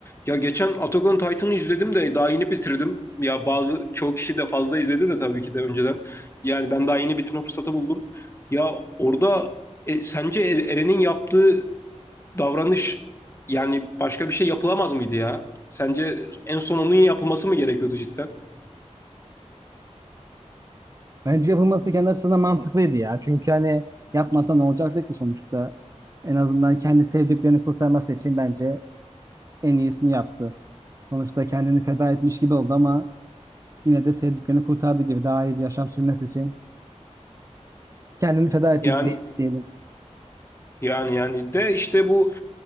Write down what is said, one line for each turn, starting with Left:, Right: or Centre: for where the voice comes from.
Left: Ya geçen Attack on Titan'ı izledim de daha yeni bitirdim. Ya bazı çoğu kişi de fazla izledi de tabii ki de önceden. Yani ben daha yeni bitirme fırsatı buldum. Ya orada e, sence Er- Eren'in yaptığı davranış yani başka bir şey yapılamaz mıydı ya? Sence en son onun yapılması mı gerekiyordu cidden?
Right: Bence yapılması kendi açısından mantıklıydı ya. Çünkü hani yapmasa ne olacaktı ki sonuçta? En azından kendi sevdiklerini kurtarması için bence en iyisini yaptı. Sonuçta kendini feda etmiş gibi oldu ama yine de sevdiklerini kurtardı gibi daha iyi bir yaşam sürmesi için kendini feda etti
Left: Yani
Right: diye- diyelim.
Left: yani yani de işte bu